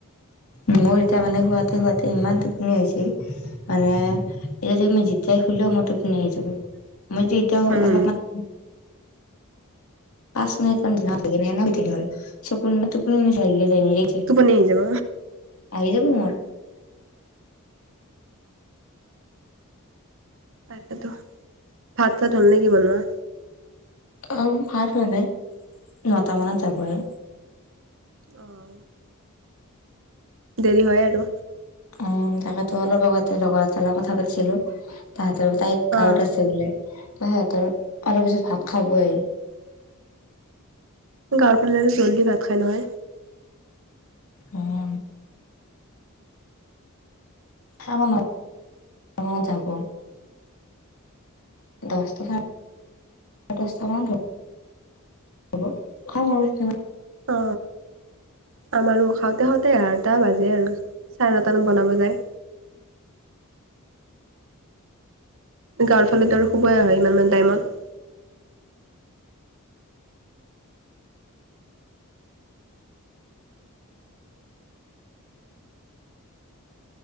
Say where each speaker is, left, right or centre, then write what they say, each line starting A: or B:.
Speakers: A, on the left; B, on the right.
A: মোৰ এতিয়া মানে শুৱতে, শুৱতে ইমান টোপনি হৈছে। মানে এতিয়া যদি ম, জতিাই শলেও মই টোপনি আহি যাব। মই এতিয়াও
B: উম।
A: অলপমান পাঁচ মিনিট লাগে ন, ন, হ'ল চকুনে তুপনি নে চে। নিজ যে
B: টোপনি আহি যাব
A: আহি যাব মোৰ
B: তাৰপ ভাত চাত ধনণে কি বনোৱা।
A: অ, ভাল হয়োৱা নে নটা মানত যাব আৰু।
B: অ'। দেৰি হয় আৰু।
A: উ, তাকেতো অলপ আগতে লগৰ এট লগত কথা পাতিছিলো। তাহতৰ তাইক
B: অ
A: গাঁৱত আছে বোলে। ত, সিহতৰ অলপ পিছত ভাত খাবই।
B: তাৰ ফ, জল্দি ভাত খাই নহয়।
A: আহ। আৰ যাব। দহটা চ, দহটা মান ধৰি হ'ব খাম আৰু স
B: অ, আমাৰো। খাওঁতে, খাওঁতে এঘাৰটা বাজে আৰু চাৰে নটামান বনাব যায়। গাঁৱৰ ফালো আৰু শুবাই অ, আহ হয় ইমানান টাইমত।